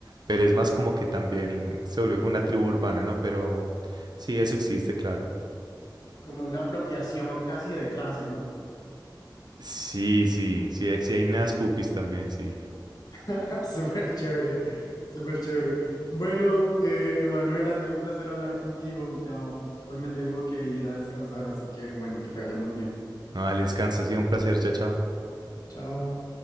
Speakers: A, on the right; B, on the left.
A: pero es más como que también se volvió como una tribu urbana, ¿no? Pero sí, eso existe, claro.
B: como una apropiación casi de clase, ¿no?
A: Sí, sí, sí, sí hay neas pupis también, sí.
B: <laughs> Súper chévere, súper chévere. Bueno, eh, Emanuel, ha sido un placer hablar contigo. Ya hoy me tengo que ir a descansar, así que bueno, que te vaya muy bien.
A: No, dale, descansa, ha sido un placer, chao, chao.
B: Chao.